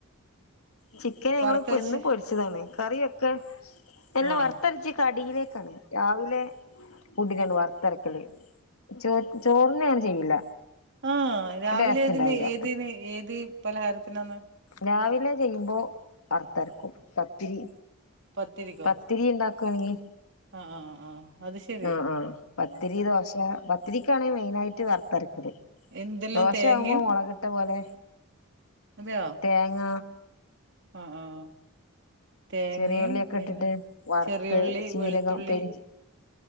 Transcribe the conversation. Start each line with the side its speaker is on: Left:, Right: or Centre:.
Left: ചിക്കന് ഞങ്ങള്
Right: വറുത്തരച്ച്
Left: ഇപ്പ ഇന്ന് പൊരിച്ചതാണ് കറിവെക്കാൻ എല്ലാം
Right: ആഹ്
Left: വറുത്തരച്ച് കടിയിലേക്കാണ് രാവിലെ ഫുഡിനാണ് വറുത്തരക്കല് ചോർക്ക് ചോറിന്‌ങ്ങന ചെയ്യില്ല
Right: ആഹ് രാവിലെ
Left: ടേസ്റ്റ്
Right: ഏതിന്
Left: ഉണ്ടാവില്ല
Right: ഏതിന് ഏത് പലഹാരത്തിനന്ന്
Left: രാവിലെ ചെയ്യുമ്പോ വറത്തരക്കും പത്തിരി
Right: പത്തിരിക്കോ
Left: പത്തിരി ഇണ്ടാക്കുവാണെങ്കി
Right: ആഹ് ആഹ് ആഹ് അത് ശെരി
Left: ആഹ് ആഹ് പത്തിരി ദോശ പത്തിരിക്കാണെ മെയിനായിട്ട് വറുത്തരക്കല്
Right: എന്തെല്ലാം
Left: ദോശ
Right: തേങ്ങയും
Left: ആവുമ്പോ മൊളക് ട്ടപോലെ
Right: അതെയോ
Left: തേങ്ങ
Right: ആഹ് ആഹ് തേങ്ങയും
Left: ചെറിയുള്ളിയൊക്കെ
Right: പിന്നെ
Left: ഇട്ടിട്ട് വറുത്ത്
Right: ചെറിയ ഉള്ളി
Left: ജീരകം
Right: വെളുത്തുള്ളി
Left: പെരിഞ്ചീ